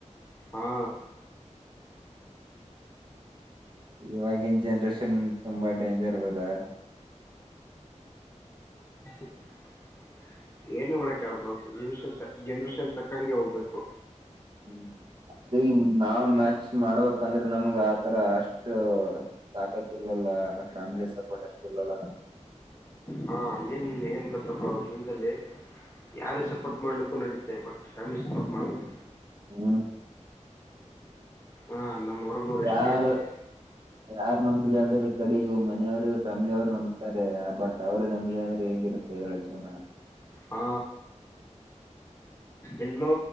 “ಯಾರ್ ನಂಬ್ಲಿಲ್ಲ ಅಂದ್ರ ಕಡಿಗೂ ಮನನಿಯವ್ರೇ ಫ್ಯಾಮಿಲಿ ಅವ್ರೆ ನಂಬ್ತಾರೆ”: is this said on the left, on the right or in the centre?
Right